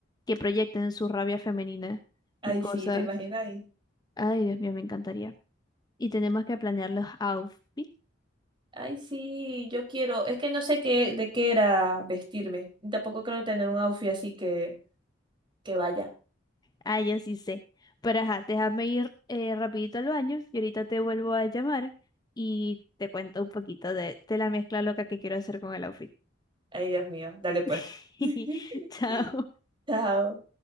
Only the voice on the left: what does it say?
que proyecten su rabia femenina
y cosas.
Ay, Dios mío, me encantaría. y tenemos que planear los outfits.
Ah, ya sí sé. Pero ajá, déjame ir eh, rapidito al baño y ahorita te vuelvo a llamar y te cuento un poquito de, de la mezcla loca que quiero hacer con el outfit.
<laughs>
Chao.